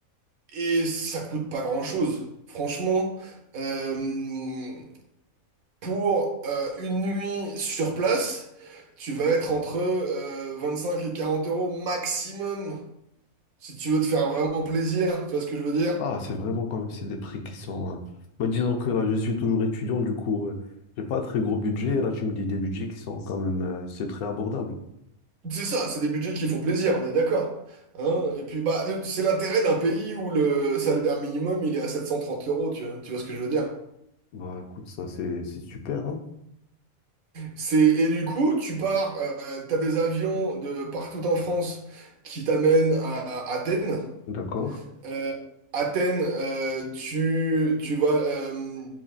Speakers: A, on the right (about 70°); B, on the left (about 80°).
A: Et ça coûte pas grand-chose. Franchement, euh, Pour euh, une nuit sur place, tu vas être entre euh, 25 et 40 euros maximum, si tu veux te faire vraiment plaisir, tu vois ce que je veux dire?
B: Ah, c'est vraiment quand même, c'est des prix qui sont... euh, bah, disons que là, je suis toujours étudiant, du coup, euh, j'ai pas un très gros budget. Et là, tu me dis des budgets qui sont quand même... euh, c'est très abordable.
A: C'est ça, c'est des budgets qui font plaisir, on est d'accord. Hein Et puis bah le- c'est l'intérêt d'un pays où le salaire minimum il est à 730 euros, tu vois, tu vois ce que je veux dire?
B: Bah écoute, ça c'est c'est super, hein.
A: C'est et du coup tu pars, euh, t'as des avions de partout en France qui t'amènent à, à Athènes.
B: D'accord.
A: Euh, Athènes, euh, tu tu vas euh,